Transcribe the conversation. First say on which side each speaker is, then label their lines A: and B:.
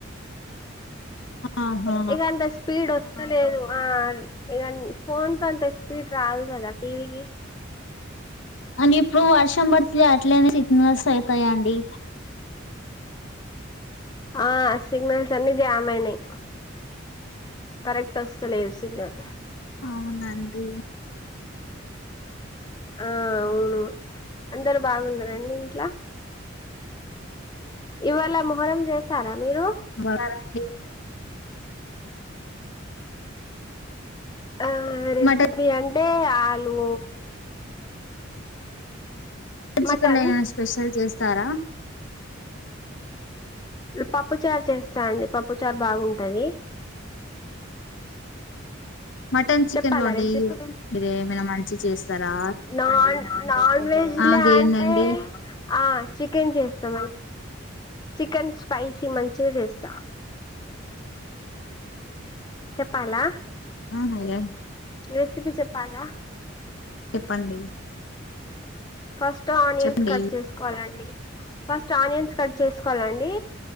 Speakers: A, on the left (about 65°); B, on the left (about 20°).
A: ఆహా
B: ఇగ అంత స్పీడ్ వస్తలేదు ఆ ఇ ఫోన్కీ అంత స్పీడ్ రాదు కదా టీవీకి
A: అని ఇప్పుడు వర్షం పడితే అట్లనే సిగ్నల్స్ అయితయండి
B: ఆ సిగ్నల్స్ అన్ని జామ్ అయినాయి కరెక్ట్ అస్తలేదు సిగ్నల్
A: అవునండి
B: ఆ
A: హ
B: అవును అందరు బాగున్నారా అండి ఇంట్లో ఇవాళ మొహరం చేసారా మీరు
A: బారండి
B: ఆ రెసిపీ
A: మటన్
B: అన్ టే ఆలు మటన్
A: చికెన్ లో ఏమైనా స్పెషల్ చేస్తారా
B: పప్పు చారు చేస్తా అండి పప్పు చారు బాగుంటది
A: మటన్ చికెన్
B: చెప్పాల
A: లోండి
B: రెసిపీ...
A: మీరు ఏమైనా మంచి చేస్తారా
B: నా నాన్ వెజ్
A: అదేంటండి
B: లా అంటే ఆ చికెన్ చేస్తా చికెన్ స్పైసీ మంచిగా చేస్తా చెప్పాలా
A: అవున అయ్య
B: రెసిపీ చెప్పాలా
A: చెప్పండి
B: ఫస్ట్ ఆనియన్స్
A: చెప్పండి
B: కట్ చేసుకో కోవాలండి ఫస్ట్ ఆనియన్స్ కట్ చేసుకోవాలండి